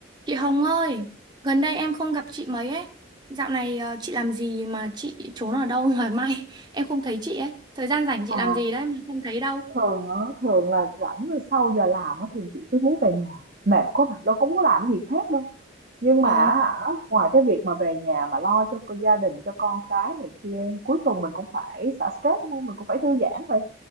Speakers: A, on the right; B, on the right.
A: Chị Hồng ơi, gần đây em không gặp chị mấy ấy. Dạo này ờ, chị làm gì mà chị trốn ở đâu mà mai <laughs> em không thấy chị ấy. Thời gian rảnh
B: Ờ,
A: chị làm gì đấy mà không thấy đâu.
B: thường á, thường là rảnh rồi sau giờ làm á, thường chị cứ muốn về nhà, mệt quá mà, đâu có muốn làm cái gì khác đâu. Nhưng mà
A: Ồ,
B: á hả, ngoài cái việc mà về nhà mà lo cho cô- gia đình, cho con cái này kia, cuối tuần mình cũng phải xả stress đúng không? Mình cũng phải thư giãn vậy,